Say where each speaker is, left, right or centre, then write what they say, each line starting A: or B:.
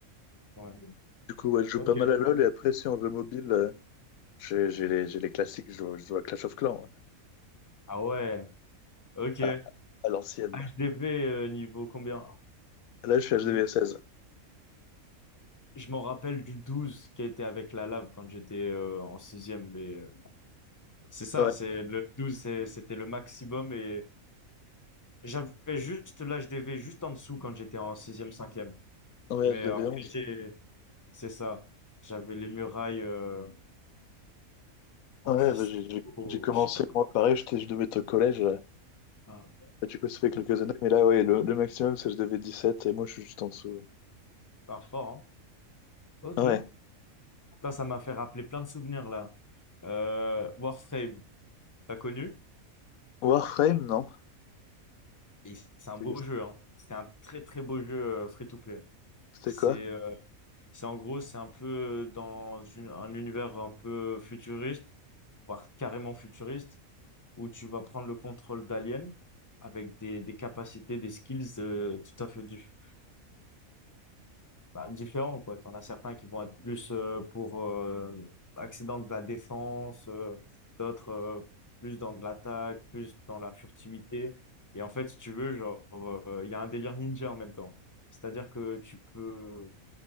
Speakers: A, on the left (about 15°); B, on the left (about 80°).
A: ouais.
B: Du coup, ouais, je joue
A: Ok.
B: pas mal à LoL, et après, si en jeu mobile, euh, j'ai j'ai les, j'ai les classiques, je joue, je joue à Clash of Clans, ouais.
A: Ah ouais, ok.
B: À,
A: HDV
B: à l'ancienne.
A: euh, niveau combien?
B: Là, je suis HDV16.
A: Oui. Je m'en rappelle du 12 qui a été avec la lave quand j'étais euh, en sixième, mais euh, c'est ça,
B: Ouais,
A: c'est le 12, c'est- c'était le maximum et j'avais juste l'HDV juste en dessous quand j'étais en sixième, cinquième.
B: ouais,
A: Mais
B: HDV11.
A: après, j'ai C'est ça. J'avais les murailles euh, en
B: Ouais,
A: cristaux,
B: bah, j'ai j'ai- j'ai commencé,
A: je sais pas quoi.
B: moi, pareil, j'étais- je devais être au collège. euh,
A: Ah,
B: Bah, Du coup, ça fait quelques années, mais là, ouais, le, le maximum, c'est que je devais 17 et moi, je suis juste en dessous.
A: pas fort, hein? Ok.
B: Ouais.
A: Putain, ça m'a fait rappeler plein de souvenirs là. Euh, Warframe, t'as connu?
B: Warframe, non?
A: Et c'est un
B: C'est-
A: beau jeu, hein. C'est un très très beau jeu euh, free-to-play.
B: C'était
A: C'est
B: quoi?
A: euh, c'est en gros, c'est un peu dans une- un univers un peu futuriste, voire carrément futuriste, où tu vas prendre le contrôle d'aliens avec des, des capacités, des skills euh, tout à fait différentes bah, différents, quoi. T'en as certains qui vont être plus euh, pour euh, axés dans de la défense, euh, d'autres euh, plus dans de l'attaque, plus dans la furtivité. Et en fait, si tu veux, genre, euh, il y a un délire ninja en même temps. C'est-à-dire que tu peux...